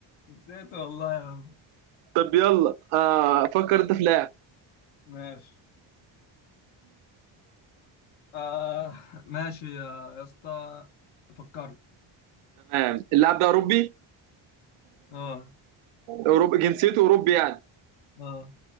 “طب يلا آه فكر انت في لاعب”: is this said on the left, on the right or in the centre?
Right